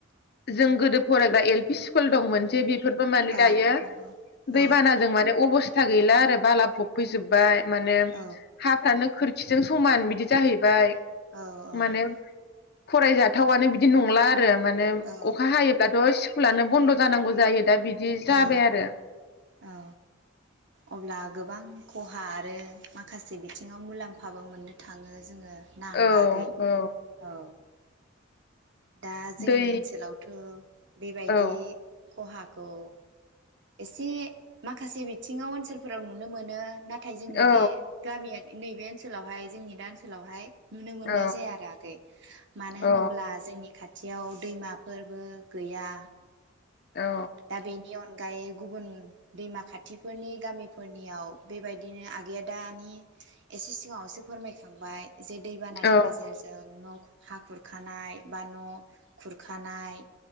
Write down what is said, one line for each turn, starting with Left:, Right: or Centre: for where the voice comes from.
Left: जों गोदो फरायग्रा एल पि स्कुल दंमोन जे बेफोरबो माने
Right: औ
Left: दायो
Right: नंगौ औ
Left: दैबानाजों माने अबस्थ फिथसा गैला आरो बाला फब फैजोब्बाय। माने।
Right: औ
Left: हाफ्रानो खोर <unintelligible> समान बिदि जाहैबाय
Right: औ
Left: माने फरायजाथावानो बिदि नंला आरो माने
Right: औ
Left: अखा हायोब्लाथ स्कुलानो बन्द जानांगौ जायो। दा बिदि जाबाय
Right: औ
Left: आरो
Right: औ अब्ला गोबां खहा आरो माखासे बिथिङाव मुलाम फाबो मोननो थाङो जोङो ना
Left: औ
Right: आगै
Left: औ
Right: औ। दा जोंनि
Left: दै
Right: ओनसोलावथ' बेबायदि
Left: औ
Right: खहा। खौ एसे माखासे बिथिङाव ओनसोलफोराव नुनो मोनो। नाथाय जोंनि
Left: औ
Right: बे गामिया नैबे ओनसोलावहाय जोंनि दा ओनसोलावहाय नुनो मोननाय
Left: औ
Right: जाया आरो आगै मानो होनोब्ला
Left: औ
Right: जोंनि खाथि खाथियाव दैमाफोरबो गैया।
Left: औ
Right: दा बेनि अन गायै गुबुन दैमा खाथिफोरनि गामिफोरनियाव बेबायदिनो आगैआ दानि एसे सिगाङावसो फोरमायखांबाय जे दैबानानि
Left: औ
Right: गेजेरजों न'। हा खुरखानाय बा न' खुरखानाय